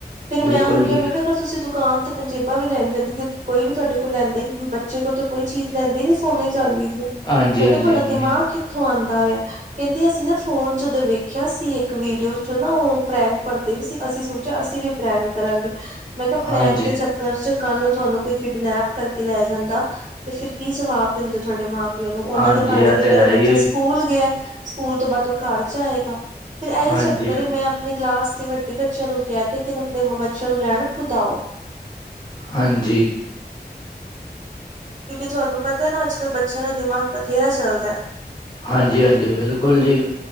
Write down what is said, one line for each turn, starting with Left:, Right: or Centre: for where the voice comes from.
Right: ਫੇਿਰ
Left: ਬਿਲਕੁਲ
Right: ਮੈਂ ਉਹਨੂੰ ਕਿਹਾ
Left: ਜੀ,
Right: ਮੈਂ ਕਿਹਾ ਅਗਰ ਤੁਸੀਂ ਦੁਕਾਨ ਤੇ ਪੰਜੇਬਾਂ ਵੀ ਲੈਣ ਜਾਂਦੀ ਜ ਕੋਈ ਵੀ ਤੁਹਾਡੇ ਕੋਲ ਲੈਂਦਾ ਹੀ ਬੱਚੇ ਕੋਲ ਤਾਂ ਕੋਈ ਚੀਜ਼ ਲੈਂਦੀ ਨੀ ਸੋਨੇ ਚਾਦੀ ਦੀ
Left: ਹਾਂਜੀ-ਹਾਂਜੀ,
Right: ਮੈਂ ਕਿਹਾ ਤੁਹਾਡਾ ਦਿਮਾਗ
Left: ਨਹੀਂ
Right: ਕਿਥੋਂ ਆਉਂਦਾ ਵ ਕਹਿੰਦੇ ਅਸੀਂ ਨਾ ਫੋਨ ਚੋ ਵੇਖਿਆ ਸੀ ਇੱਕ ਵੀਡੀਓ ਚ ਨਾ ਉਹ ਪ੍ਰੈਗ ਕਰਦੇ ਵੀ ਸੀ ਅਸੀਂ ਸੌਚ ਅਸੀਂ ਵੀ ਪ੍ਰੈਂਕ ਕਰਾਂਗੇ ਮੈਂ ਕਿਹਾ ਪ੍ਰੈਂਕ
Left: ਹਾਂਜੀ।
Right: ਦੇ ਚੱਕਰ ਚ ਕੱਲ ਨੂੰ ਤੁਹਾਨੂੰ ਕੋਈ ਕਿਡਨੈਪ ਕਰਕੇ ਕੇ ਲੈ ਜਾਂਦਾ ਤੇ ਫਿਰ ਕੀ ਜਵਾਬ ਦਿੰਦੇ ਤੁਹਾਡੇ ਮਾਂ ਉਹਨੂੰ ਉਹਨਾਂ
Left: ਹਾਂਜੀ,
Right: ਦੇ ਭਾਣੇ
Left: ਐ
Right: ਤੇ ਉਹਨਾਂ
Left: ਹੈ
Right: ਦਾ ਬੱਚਾ
Left: ਈ ਏ,
Right: ਸਕੂਲ ਗਿਆ ਸਕੂਲ ਤੋਂ ਬਾਅਦ ਉਹ ਘਰ ਚ ਆਏਗਾ। ਫਿਰ ਇਹੀ
Left: ਹਾਂਜੀ,
Right: ਚੱਕਰ ਏ ਮੈਂ ਆਪਣੇ ਕਲਾਸ ਤੇ ਵਡੇ ਬੱਚਿਆਂ ਨੂੰ ਕਹਿ ਤੇ ਆਪਣੇ ਬੱਚਿਆਂ ਨੂੰ ਲੈਣ ਖੁਦ ਆਓ।
Left: ਹਾਂਜੀ।
Right: ਕਿਉਂਕਿ ਤੁਹਾਨੂੰ ਪਤਾ ਹੈ ਨਾ ਅੱਜ ਕੱਲ੍ਹ ਬੱਚਿਆਂ ਦਾ ਦਿਮਾਗ ਬਥੇਰਾ ਚੱਲਦਾ।
Left: ਹਾਂਜੀ, ਹਾਂਜੀ ਬਿਲਕੁਲ ਜੀ।